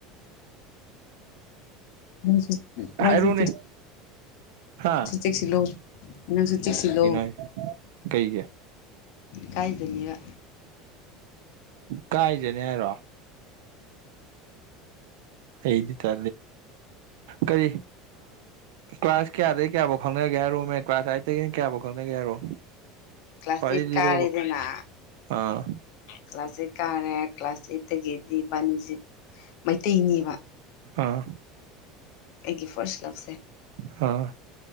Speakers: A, on the left; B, on the right.
A: ꯅꯪꯁꯨ
B: <inaudible>
A: ꯅꯪꯁꯨ
B: ꯍꯥꯏꯔꯨꯅꯦ ꯍꯥꯥ
A: ꯆꯦꯛꯁꯤꯂꯣ ꯅꯪ ꯆ ꯎꯆꯦꯛꯁꯤꯂꯣ
B: ꯍꯥꯏꯁꯦ ꯀꯩꯒꯤ
A: ꯀꯥꯏꯖꯅꯤꯡꯕ
B: ꯀꯥꯏꯖꯅꯦ ꯍꯥꯏꯔꯣ ꯑꯩꯗꯤ ꯇꯦ ꯀꯔꯤ ꯀ꯭ꯂꯥꯁ ꯀꯌꯥꯗꯒꯤꯩ ꯀꯌꯥꯐꯥꯎ ꯈꯪꯅꯒꯦ ꯍꯥꯏꯔꯨꯣꯃꯦ ꯀ꯭ꯂꯥꯁ ꯑꯒꯤꯅ ꯀꯌꯥꯐꯥꯎ ꯈꯪꯅꯒꯦ ꯍꯥꯏꯔꯣ
A: ꯀ꯭ꯂꯥꯁ
B: ꯋꯥꯔꯤꯗꯤꯔꯣꯕ
A: ꯑꯩꯠ ꯀꯥꯔꯦꯗꯅ
B: ꯑꯥ
A: ꯀ꯭ꯂꯥꯁ ꯑꯩꯠ ꯀꯥꯔꯦ ꯀ꯭ꯂꯥꯁ ꯑꯩꯠꯇꯒꯤꯗꯤ ꯕꯥꯅꯤꯁꯤ ꯃꯩꯇꯩꯅꯦꯕ
B: ꯑꯥ
A: ꯑꯩꯒꯤ ꯐꯥꯔꯁ ꯂꯞꯁꯦ
B: ꯑꯥ